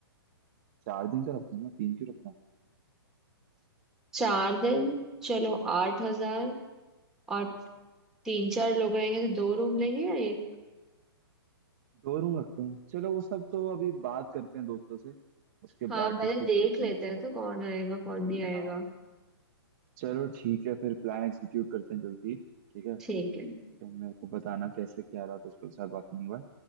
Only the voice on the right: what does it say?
चार दिन का रखते हैं ना तीन क्यों रखना
दो रूम रखते हैं चलो वो सब तो अभी बात करते हैं दोस्तों से उसके
बाद
डिस्कस
करते
हैं इसका
तो
हाँ चलो ठीक है फिर प्लान एग्जीक्यूट करते हैं जल्दी ठीक है
तो मेरे को बताना कैसे क्या रहा दोस्तों के साथ बात करने के बाद